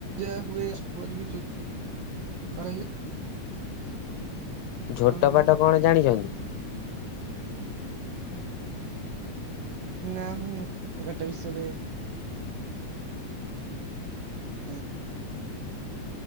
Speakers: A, on the right; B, on the left.
A: ଯା ହୁଏ ବି <inaudible>
B: ଝୋଟ
A: କଣ କହି
B: ବାଟ କଣ ଜାଣିଛନ୍ତି? <inaudible>
A: ନାମଟା ବିଷରେ <inaudible>